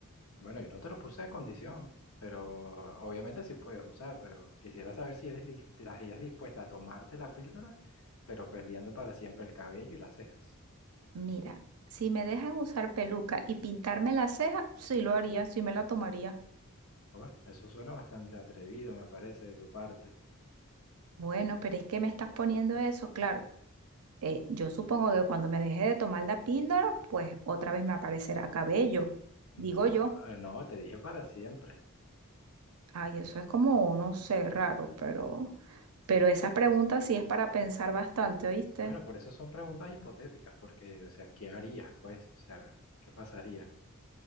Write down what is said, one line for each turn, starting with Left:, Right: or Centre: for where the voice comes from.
Left: Bueno, yo no te lo puse de condición, pero obviamente sí puedes usar, pero quisiera saber si eres dis- te las ideas dispuesta a tomarte la píldora, pero perdiendo para siempre el cabello y las cejas.
Right: Mira, si me dejan usar peluca y pintarme la ceja, sí lo haría, sí me la tomaría.
Left: Uf, eso suena bastante atrevido, me parece, de tu parte.
Right: Bueno, pero es que me estás poniendo eso, claro. eh, yo supongo que cuando me deje de tomar la píldora, pues otra vez me aparecerá cabello, digo
Left: No,
Right: yo.
Left: eh, no, te dije para siempre.
Right: Ay, eso es como, no sé, raro, pero, pero esa pregunta sí es para pensar bastante, ¿oíste?
Left: Bueno, por eso son preguntas hipotéticas, porque, o sea, ¿qué harías, pues? O sea, ¿qué pasaría?